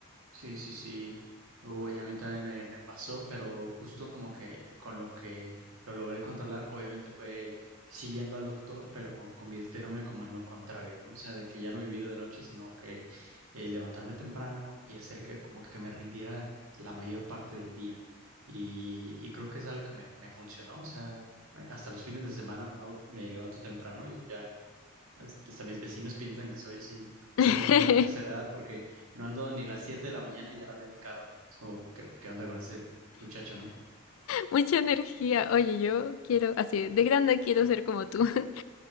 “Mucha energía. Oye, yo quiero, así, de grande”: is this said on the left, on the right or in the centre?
Left